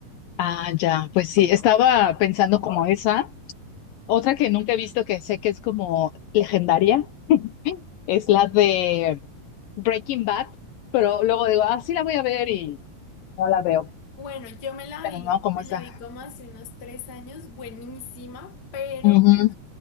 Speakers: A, on the left (about 75°); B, on the left (about 45°).
A: Ah, ya, pues sí, estaba pensando como esa. Otra que nunca he visto que sé que es como legendaria es la de Breaking Bad, pero luego digo, ah, sí la voy a ver y no la veo.
B: Bueno, yo me la
A: Pero
B: vi,
A: no, como
B: me
A: esa.
B: la vi como hace unos tres años, buenísima, pero
A: Ujú,